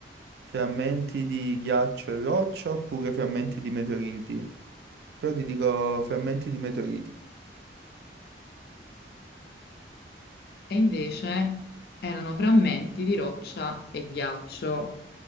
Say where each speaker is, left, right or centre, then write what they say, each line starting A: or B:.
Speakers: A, on the right; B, on the left.
A: frammenti di ghiaccio e roccia oppure frammenti di meteoriti. Però ti dico frammenti di meteoriti.
B: E invece erano frammenti di roccia e ghiaccio.